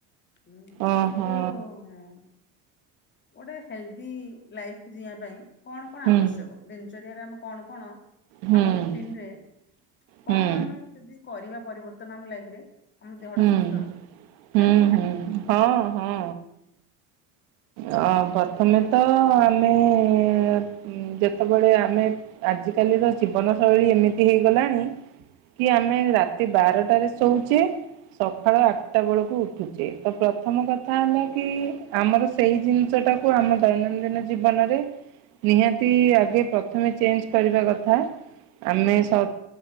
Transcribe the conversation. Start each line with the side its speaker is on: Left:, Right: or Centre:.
Left: ହୁଁ
Right: ଓହୋ
Left: ତୁ ଉ ଗୋଟେ ହେଲଦି ଲାଇଫ ଯିଇଁବା ପାଇଁ କଣ କଣ
Right: ହୁଁ
Left: ଆବଶ୍ୟକ? ଦିନଚର୍ୟା ରେ ଆମେ କଣ କଣ
Right: ହୁଁ।
Left: ଆମ ରୁଟିନ ରେ
Right: ହୁଁ
Left: କଣ ଆମେ ଯଦି କରିବା ପରିବର୍ତ୍ତନ ଆମ ଲାଇଫରେ ଆମ ଦେହଟା
Right: ହୁଁ
Left: ସୁସ୍ଥ ରହିବ
Right: ହୁଁ
Left: ଜାଣିଚୁ?
Right: ହୁଁ ହଁ ହଁ। ଅ ପ୍ରଥମେ ତ ଆମେ ଉଁ ଯେତବେଳେ ଆମେ ଆଜିକାଲିର ଜୀବନଶୈଳୀ ଏମିତି ହେଇଗଲାଣି। କି ଆମେ ରାତି ବାରଟାରେ ଶୋଉଚେ ସଖାଳ ଆଟଟା ବେଳକୁ ଉଠୁଚେ ତ ପ୍ରଥମ କଥା ହେଲା କି ଆମର ସେଇ ଜିନିଷଟାକୁ ଆମ ଦୈନନ୍ଦିନ ଜୀବନରେ ନିହାତି ଆଗେ ପ୍ରଥମେ ଚେଞ୍ଚ୍ କରିବା କଥା। ଆମେ ସ